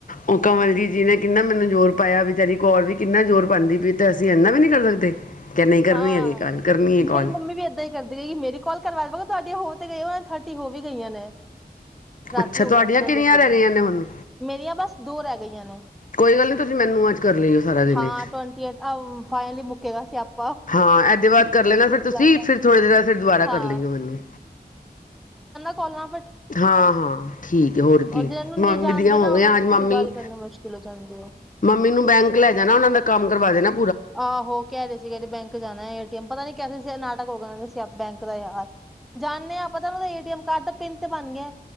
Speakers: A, on the left (about 50°); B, in the centre.
A: ਉਹ ਕਵਲ ਜੀ-ਜੀ ਨੇ ਕਿੰਨਾ ਮੈਨੂੰ ਜ਼ੋਰ ਪਾਇਆ, ਵੇਚਾਰੀ ਕੌਰ ਵੀ ਕਿੰਨਾ ਜ਼ੋਰ ਪਾਂਦੀ ਪੀ ਤ ਅਸੀਂ ਇੰਨਾ ਵੀ ਨੀ ਕਰ ਸਕਦੇ? ਕਿ ਨਹੀਂ ਕਰਨੀ
B: ਹਾਂ,
A: ਹੈਗੀ ਗੱਲ ਕਰਨੀ ਹੈ
B: ਮੇਰੀ
A: ਕਾਲ
B: ਮੰਮੀ ਵੀ ਏਦਾਂ ਹੀ ਕਰਦੀ ਰੇਗੀ, ਮੇਰੀ ਕੋਾਲ ਕਰਵਾ ਦੇ ਹੋ ਤੇ ਗਏ ਹੋ, ਥਰਟੀ ਹੋ ਵੀ ਗਈਆਂ ਨੇ। ਰਾਤੀ
A: ਅੱਛਾ
B: ਹੋ
A: ਤੁਹਾਡੀਆਂ
B: ਗਈਆਂ ਸੀ ਉਹਨਾਂ
A: ਕਿੰਨੀਆਂ
B: ਦੀਆਂ ਪੂਰੀਆਂ,
A: ਰਹਿ ਗਈਆਂ ਨੇ ਹੁਣ
B: ਮੇਰੀਆਂ ਬੱਸ ਦੋ ਰਹਿ ਗੀ ਗਈਆਂ ਨੇ।
A: ਕੋਈ ਗੱਲ ਨਹੀਂ ਤੁਸੀਂ ਮੈਨੂੰ ਅੱਜ ਕਰ ਲਈਓ ਸਾਰਾ ਦਿਨ
B: ਹਾਂ,
A: 'ਚ
B: ਟਵੰਟੀ ਏ ਅਮ, ਫਾਈਨਲੀ ਮੁੱਕੇਗਾ ਸਿਆਪ
A: ਹਾਂ, ਇਹਦੇ ਬਾਅਦ ਕਰ ਲੈਣਾ ਫਿਰ ਤੁਸੀਂ,
B: ਦਾ
A: ਫਿਰ ਥੋੜੇ ਦੇਰ ਆਸੇ ਰ ਦੁਬਾਰਾ
B: ਹਾਂ
A: ਕਰ ਲਈਓ ਮੈਨੂੰ।
B: ਕੋਲਾ।
A: ਹਾਂ, ਹਾਂ ਠੀਕ ਹੈ ਹੋਰ ਕੀ?
B: ਔਰ ਜਿਹਨੂੰ
A: ਮੰਮੀ
B: ਨਹੀਂ ਜਾਣਦੇ
A: ਦੀਆ ਹੋ
B: ਨਾ
A: ਗਈ
B: ਉਹਨਾਂ ਤੁਹਾਡੀ
A: ਅੱਜ ਮੰਮੀ,
B: ਗੱਲ ਕਰਨੀ ਮੁਸ਼ਕਿਲ ਹੋ ਜਾਂਦੀ ਹੈ
A: ਮੰਮੀ ਨੂੰ ਬੈਂਕ ਲੈ ਜਾਣਾ ਉਹਨਾਂ ਦਾ ਕੰਮ ਕਰਵਾਦੇ ਨਾ
B: ਆਹੋ। ਕਹਿ ਰਹੇ ਸੀ ਕਿਦੇ ਬੈਂਕ ਜਾਣਾ ਏਟੀਐਮ ਪਤਾ ਨੀ ਕਹਿ ਰੇ ਸੀ ਅੱਜ ਨਾਟਕ ਹੋ ਗਿਆ <unintelligible> ਬੈਂਕ ਦਾ ਯਾਰ। ਜਾਨੇ ਆ, ਪਤਾ ਮੈਨੂੰ ਏਟੀਅਮ ਕਾਰਡ ਦਾ ਪਿੰਨ ਤੇ ਬਨ ਗਿਆ